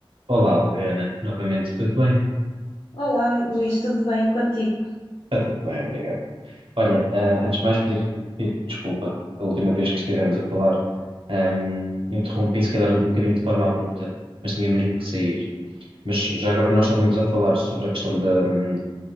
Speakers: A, on the right; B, on the left.
A: Olá, Adriana. Novamente, tudo bem?
B: Olá, Luís, tudo bem contigo?
A: Está tudo bem, obrigado. Olha, ah, antes de mais, pedir, pedir desculpa. A última vez que estivemos a falar, ahm, interrompi, se calhar, um bocadinho de forma abrupta, mas tinha mesmo que sair. Mas já agora nós estávamos a falar sobre a questão da, hum,